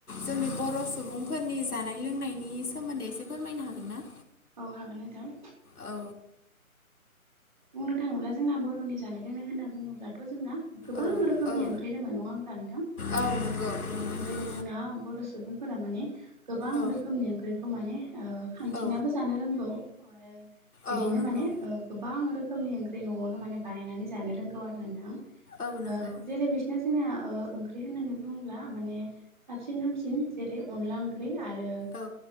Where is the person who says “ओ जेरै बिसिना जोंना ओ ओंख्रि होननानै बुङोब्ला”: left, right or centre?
Right